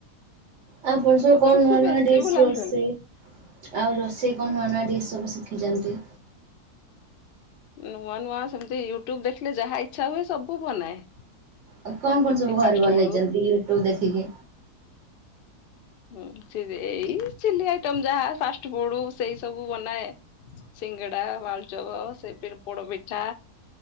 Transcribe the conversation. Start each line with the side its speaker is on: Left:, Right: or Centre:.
Right: ଆ ଆପଣ ସବୁ
Left: ମତେ
Right: କଣ
Left: ବେଶୀ
Right: ନୂଆ ନୂଆ
Left: ବେଶୀ
Right: ଡିସ୍
Left: ବୁଲାବୁଲି
Right: ରୋଷେଇ
Left: ଭଲ
Right: ଆଉ ରୋଷେଇ କଣ ନୂଆ ନୂଆ ଡିସ୍ ସବୁ ଶିଖି ଯାନ୍ତି
Left: ନୂଆ ନୂଆ ସେମିତି ୟୁଟ୍ୟୁବ ଦେଖିଲେ ଯାହା ଇଛା ହୁଏ ସବୁ ବନାଏ।
Right: ଆଉ କଣ କଣ
Left: ଯେତିକି
Right: ସବୁ ଘରେ
Left: ଫାଷ୍ଟ
Right: ବନେଇଛନ୍ତି
Left: ଫୁଡ
Right: ୟୁଟ୍ୟୁବ ଦେଖିକି।
Left: ହୁଁ ଏଇ ଚିଲି ଆଇଟମ ଯାହା ଫାଷ୍ଟ ଫୁଡ ସେଇ ସବୁ ବନାଏ ସିଙ୍ଗଡା ଆଳୁଚବ ସେ ପୋଡପିଠା।